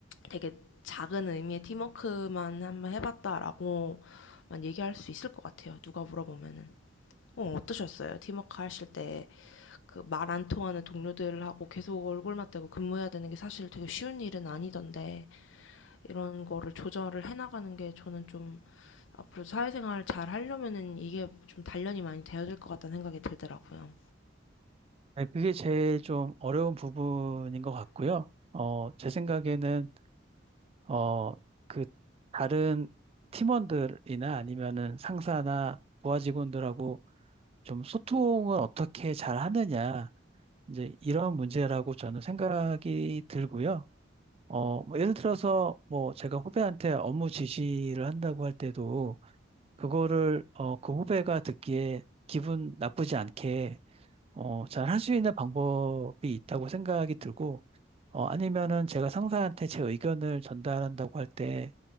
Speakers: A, on the left; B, on the right.
A: 되게 작은 의미의 팀워크만 한번 해봤다라고만 얘기할 수 있을 것 같아요. 누가 물어보면은. 어, 어떠셨어요? 팀워크 하실 때 그 말 안 통하는 동료들하고 계속 얼굴 맞대고 근무해야 되는 게 사실 되게 쉬운 일은 아니던데 이런 거를 조절을 해나가는 게 저는 좀 앞으로 사회생활 을 잘 하려면은 이게 좀 단련이 많이 되어야 될 것 같다는 생각이 들더라고요.
B: 네, 그게 제일 좀 어려운 부분인 것 같고요. 어, 제 생각에는 어, 그 다른 팀원들이나 아니면은 상사나 부하 직원들하고 좀 소통을 어떻게 잘 하느냐, 이제 이런 문제라고 저는 생각이 들고요. 어, 뭐 예를 들어서 뭐 제가 후배한테 업무 지시를 한다고 할 때도 그거를 어, 그 후배가 듣기에 기분 나쁘지 않게 어, 잘 할 수 있는 방법이 있다고 생각이 들고, 어, 아니면은 제가 상사한테 제 의견을 전달한다고 할때